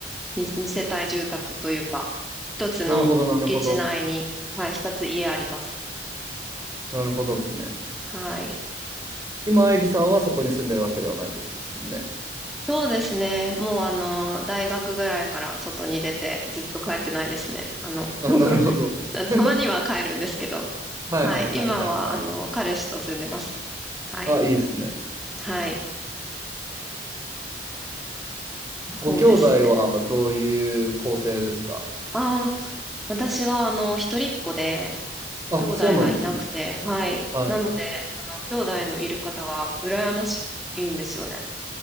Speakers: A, in the centre; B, on the right (about 20°).
A: に二世帯住宅というか、一つの敷地内に、
B: なるほど、なるほど。
A: はい、二つ家あります。
B: なるほどですね。
A: はい。
B: 今、愛理さんはそこに住んでるわけではないってことですもんね。
A: そうですね。もうあの、大学ぐらいから外に出てずっと帰ってないですね。あの、
B: あ、
A: <laughs>
B: なるほど。<laughs>
A: たまには帰るんですけど。
B: はいはいはいはいはい。
A: はい。今はあの、彼氏と住んでます。はい。
B: あ、いいですね。
A: はい。そうですね。
B: ご兄弟はどういう構成ですか
A: ああ、私はあの、一人っ子で
B: あ、
A: 兄弟がいなくて、
B: そうなんですね。
A: はい。
B: はい。
A: なので、あの、兄弟のいる方が羨ましいんですよね。